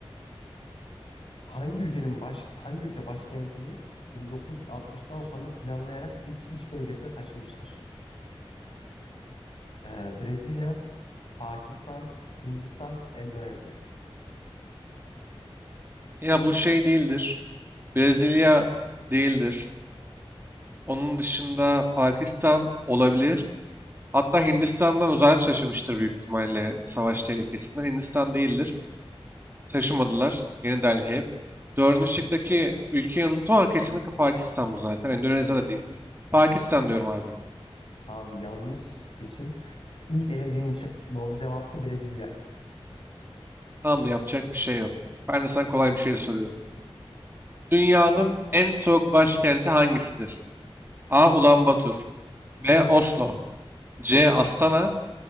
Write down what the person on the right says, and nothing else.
Ya bu şey değildir. Brezilya değildir. Onun dışında Pakistan olabilir. Hatta Hindistan'dan uzağa şaşırmıştır büyük ihtimalle savaş tehlikesinden. Hindistan değildir. taşımadılar. Yeni Delhi Dördüncü şıktaki ülkeyi unuttum ama kesinlikle Pakistan bu zaten. Endonezya
da değildir. Pakistan
diyorum abi.
Tamam da yapacak bir şey yok. Ben de sana kolay bir şey soruyorum. Dünyanın en soğuk başkenti hangisidir? A. Ulaanbaatar B. Oslo C. Astana